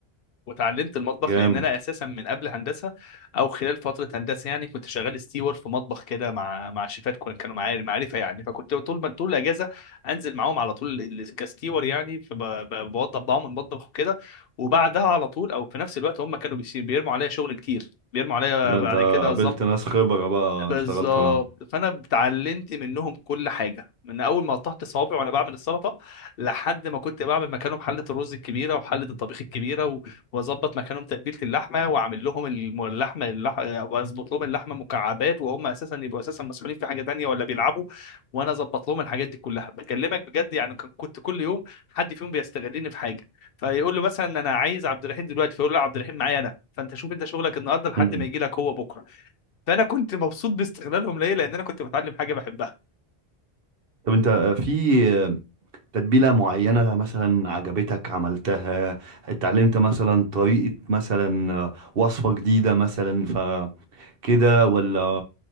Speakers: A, on the left; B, on the right.
A: وتعلمت المطبخ
B: جامد
A: لان انا اساسا من قبل هندسه او خلال فتره هندسه يعني كنت شغال ستيور في مطبخ كده مع مع شيفات كن- كانوا معايا معرفه يعني فكنت طول ما طول الاجازه انزل معاهم على طول ال- كستيور يعني فبوضب معاهم المطبخ وكده وبعدها على طول او في نفس الوقت هم كانوا بيسي- بيرموا عليا شغل كتير بيرموا عليا
B: ده
A: بعد
B: انت
A: كده
B: قابلت ناس خبرة بقى
A: بالظبط
B: اشتغلت معاهم
A: فانا اتعلمت منهم كل حاجه من اول ما قطعت صوابعي وانا بعمل السلطه لحد ما كنت بعمل مكانهم حله الرز الكبيره وحله الطبيخ الكبيره و- واظبط مكانهم تتبيله اللحمه واعمل لهم الم- اللحمه اللح... واظبط لهم اللحمه مكعبات وهم اساسا يبقوا اساسا مسؤولين في حاجه تانيه ولا بيلعبوا وانا اظبط لهم الحاجات دي كلها بكلمك بجد يعني كان- كنت كل يوم حد فيهم بيستغلني في حاجه فيقول له مثلا انا عايز عبد الرحيم دلوقتي فيقول له لا، عبد الرحيم معايا انا فانت شوف انت شغلك النهارده لحد
B: مم.
A: ما يجي لك هو بكره فانا كنت مبسوط باستغلالهم ليا لان انا كنت بتعلم حاجه بحبها
B: طب انت في تتبيلة معينة مثلا عجبتك عملتها اتعلمت مثلا طريقة مثلا آه، وصفة جديدة مثلا فكده ولا